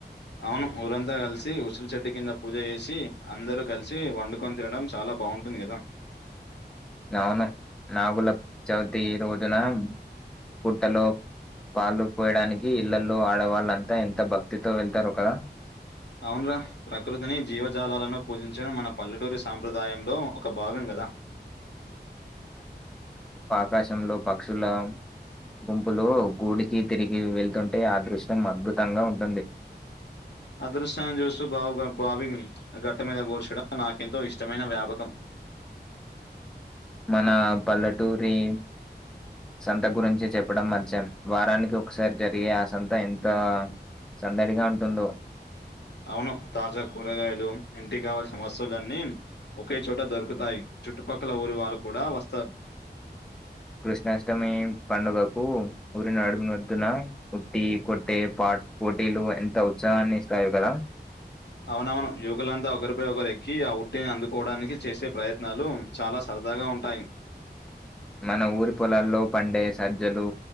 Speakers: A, on the left; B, in the centre.
A: అవును ఊరంతా కలిసి ఉసురు చెట్టు కింద పూజ చేసి అందరు కలిసి వండుకొని తినడం చాలా బావుంటుంది కదా
B: అవును నాగుల చవితి రోజున పుట్టలో పాళ్లు పోయడానికి ఇళ్లల్లో ఆడవాళ్ళంతా ఎంత భక్తితో వెళ్తారో కదా
A: అవున్ర ప్రకృతిని జీవజాలాలను పూజించడం మన పల్లెటూరి సాంప్రదాయంలో ఒక భాగంగా కదా
B: కాశంలో పక్షుల్లా గుంపులో గూడికి తిరిగి వెళ్తుంటే ఆదృష్టం అద్భుతంగా ఉంటుంది.
A: అదృశ్యాన్ని చూస్తూ బావుగ బావి, గట్ట మీద కూర్చోవడం నాకెంతో ఇష్టమైన వ్యాపకం.
B: మన పల్లెటూరి సంత గురించి చెప్పడం మంచం, వారానికి ఒకసారి జరిగే ఆ సంత ఎంత సందడిగా ఉంటుందో.
A: అవును తాజా కూరగాయలు ఇంటి కావాల్సిన వస్తువులన్నీ ఒకే చోట దొరుకుతాయి. చుట్టుపక్కల ఊరి వాళ్ళు కూడా వస్తారు.
B: కృష్ణాష్టమి పండుగకు ఊరినడుగునొత్తున ఉట్టి కొట్టే పా పోటీలు ఎంత ఉత్సాహాన్ని ఇస్తాయో కదా.
A: అవునవును యువకులంతా ఒకరిపై ఒకరు ఎక్కి, ఆ ఉట్టటిని అందుకోవడానికి చేసే ప్రయత్నాలు చాలా సర దాగా ఉంటాయి.
B: మన ఊరి పొలాల్లో పండే సజ్జలు